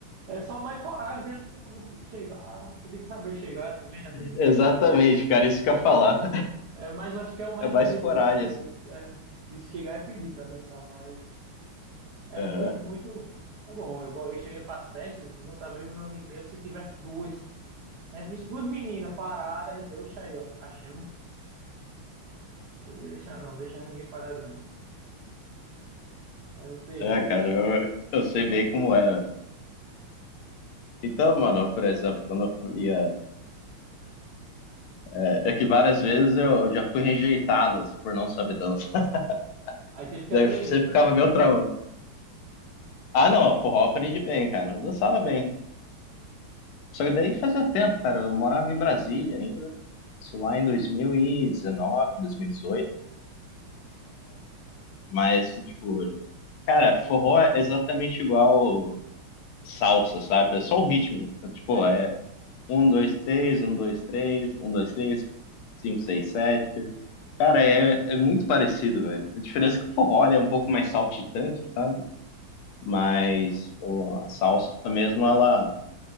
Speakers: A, on the right; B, on the left.
A: É só mais coragem, né? Porque ah, você tem que chegar, você tem que saber chegar também, né?
B: Exatamente, cara, isso que eu ia falar.
A: É, mas eu acho que é o mais
B: É mais
A: um medo
B: coragem,
A: de você
B: assim.
A: é, de chegar e pedir pra dançar. Mas é
B: Aham.
A: muito, muito. É bom. Eu, go- eu cheguei pras festas, juntava eu e um amigo meu, se tivesse duas. A gente visse duas meninas paradas, a gente, oxa aí, ó, achamos. Não podia deixar, não, não deixava ninguém parado, não. Era um terror.
B: É, cara, eu, eu sei bem como é. Então, mano, por exemplo, quando eu fui, é, é, é que várias vezes eu já fui rejeitado assim, por não saber dançar.
A: Aí
B: <laughs>
A: teve que
B: Daí
A: aprender.
B: você
A: Depois
B: ficava
A: que aprendeu,
B: meio trauma.
A: né?
B: Ah, não, forró aprendi bem, cara. Eu dançava bem. Só que daí fazia tempo, cara. Eu morava em Brasília ainda. Isso lá em 2019, 2018. Mas, tipo, cara, forró é exatamente igual salsa, sabe? É só o ritmo. É, Tipo,
A: é,
B: é, Um, dois, três, um, dois, três, um, dois, três, cinco, seis, sete. Cara, é, é muito parecido, velho. A diferença é que o forró ele é um pouco mais saltitante, sabe? Mas pô, a salsa mesmo, ela.